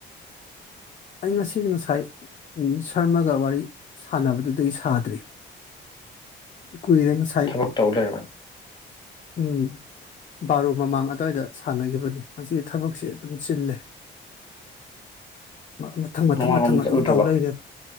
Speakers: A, on the left; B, on the left.
A: ꯑꯩ ꯉꯁꯤꯁꯨ ꯉꯁꯥꯏ ꯁꯔꯃꯒ ꯋꯥꯔꯤ ꯁꯥꯟꯅꯕꯗꯨꯗꯒꯤ ꯁꯥꯗ꯭ꯔꯤ ꯀꯨꯏꯔꯦ ꯉꯁꯥꯏ
B: ꯊꯕꯛ ꯇꯧ ꯂꯩꯔꯕ
A: ꯎꯝ ꯕꯥꯔꯣ ꯃꯃꯥꯡ ꯑꯗꯋꯥꯏꯗ ꯁꯥꯟꯅꯈꯤꯕꯅꯤ ꯉꯁꯤꯗꯤ ꯊꯕꯛꯁꯤ ꯑꯗꯨꯝ ꯆꯤꯜꯂꯦ ꯃꯊꯪ ꯃꯊꯪ
B: ꯃꯃꯥꯡꯂꯣꯝꯗ
A: ꯃꯊꯪ ꯑꯗꯨꯝ
B: ꯆꯠꯂꯨꯗ꯭ꯔꯕ
A: ꯇꯧ ꯂꯩꯔꯦꯕ